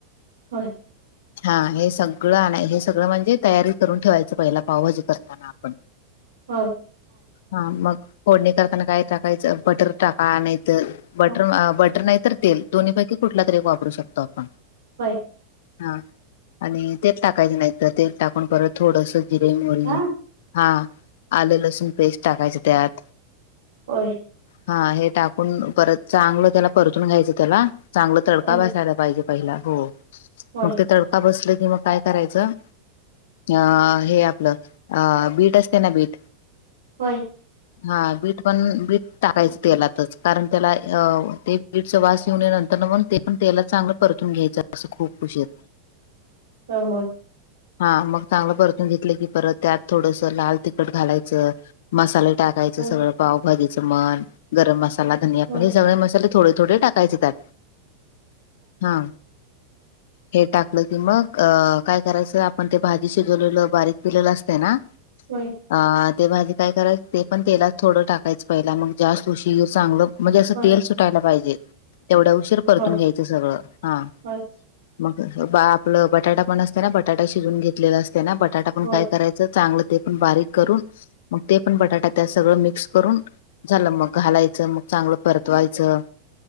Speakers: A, on the right; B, on the left.
A: ह
B: हा हे सगळं नाही हे सगळं म्हणजे तयारी करून ठेवायचं पहिला पावभाजी करताना आपण
A: हो
B: हा मग फोडणी करताना काय टाकायचं बटर टाका नाहीत बटर
A: हो
B: बटर नाही तर तेल दोन्हीपैकी कुठला तरी वापरू शकतो आपण
A: होय
B: हा आणि तेल टाकायचं नाही तर तेल टाकून परत थोडस जिरे मोरी
A: का
B: हा आले लसूण पेस्ट टाकायचे त्यात
A: होय
B: हा हे टाकून परत चांगलं त्याला परतून घ्यायचं त्याला चांगला तडका
A: होय होय
B: बसायला पाहिजे पहिला हो
A: होय
B: मग ते तड का बसलं की मग काय करायचं अ हे आपलं अ बीट असते ना बीट
A: होय
B: हा बीट पण बीट टाकायचं तेलातच कारण त्याला अ ते बीडचा वास येऊन नंतर मग ते पण त्याला चांगलं परतून घ्यायचं असं खूप खुश आहेत
A: हो हो
B: हा मग चांगलं परतून घेतलं की परत त्यात थोडस लाल त चट घालायचं मसाले टाकायचं
A: होय
B: सगळं
A: होय होय
B: पावभजीचं मन गरम मसाला धनिया
A: होय
B: पण हे सगळे मसाले थोडे थोडे टाकायचे त्याात हा हे टाकलं की मग काय करायचं आपण ते भाजी शिजवलेलं बारीक पिलेलं असते ना
A: होय
B: अ ते भाजी काय करायची ते पण तेलाच थोडं टाकायचं पहिला मग जास्त उशीर चांगलं म्हणजे
A: होय
B: असं तेल सुटायला पाहिजे तेवढ्या उशीर परतून
A: होय
B: घ्यायचं सगळं हा
A: होय
B: मग बा आपलं बटाटा पण असते ना बटाटा शिजून घेतलेला असते ना बटाटा पण
A: होय
B: काय करायचं चांगलं ते पण बारीक करून मग ते पण बटाटा त्या सगळं मिक्स करून झालं मग घालायचं मग चांगलं परतवायचं